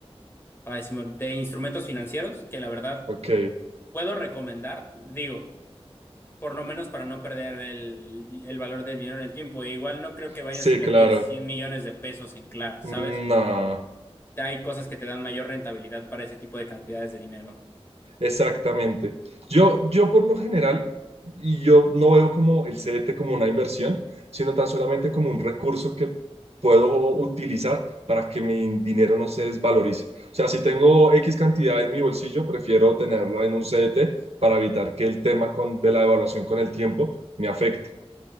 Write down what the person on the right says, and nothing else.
ok,
sí,
claro.
No.
Exactamente. Yo, yo por lo general, y yo no veo como el CDT como una inversión, sino tan solamente como un recurso que puedo utilizar para que mi dinero no se desvalorice. O sea, si tengo X cantidad en mi bolsillo, prefiero tenerla en un CDT para evitar que el tema con, de la devaluación con el tiempo me afecte.